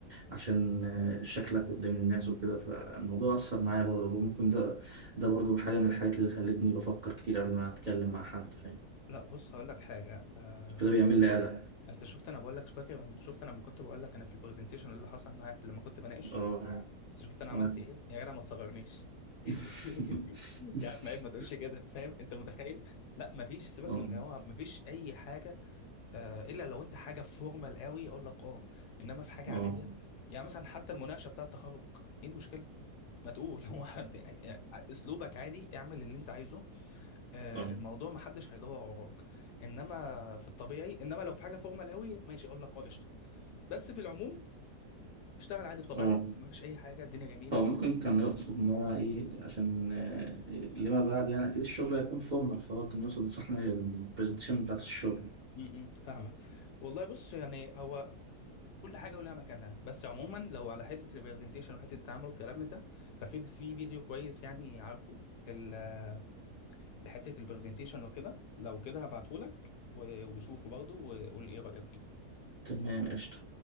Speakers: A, on the right; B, on the left.
A: عشان آه، شكلك قدام الناس وكده فالموضوع أثر معايا برضه وممكن ده ده برضه حاجة من الحاجات اللي خلتني بفكر كتير قبل ما أتكلم مع حد فاهم
B: لا بص هقول لك حاجه آه،
A: فده بيعمل لي قلق
B: انت شفت انا بقول لك فاكر لما شفت انا لما كنت بقول لك انا في البرزنتيشن اللي حصل معايا في لما كنت بناقش
A: اه
B: انت شفت انا
A: اه
B: عملت ايه يا جدع ما تصغرنيش <laughs>
A: <laughs>
B: يا عم عيب ما تقولش كده فاهم انت متخيل لا ما فيش سيبك
A: اه
B: من ان هو ما فيش اي حاجه آه الا لو انت حاجه فورمال قوي اقول لك اه انما في حاجه
A: اه
B: عاديه يعني مثلا حتى المناقشه بتاعه التخرج ايه المشكله ما تقول <laughs> هو حد يعني اسلوبك عادي اعمل اللي انت عايزه آه،
A: اه
B: الموضوع
A: <laughs>
B: ما حدش هيدور وراك انما في الطبيعي انما لو في حاجه فورمال قوي ماشي اقول لك اه قشطه بس في العموم اشتغل عادي بطبيعتك
A: اه
B: ما فيش اي حاجه الدنيا جميله
A: هو ممكن كان يقصد إن هو إيه عشان آه، لما بعد يعني أكيد الشغل هيكون فورمال فهو كان يقصد إن إحنا البرزنتيشن بتاعت الشغل
B: امم فاهمك والله بص يعني هو كل حاجه ولها مكانها بس عموما لو على حته ريبرزنتيشن وحته التعامل والكلام من ده ففي في فيديو كويس يعني عارفه ال- لحته البرزنتيشن وكده لو كده هبعته لك وشوفه برضه وقول لي ايه رايك فيه
A: تمام قشطة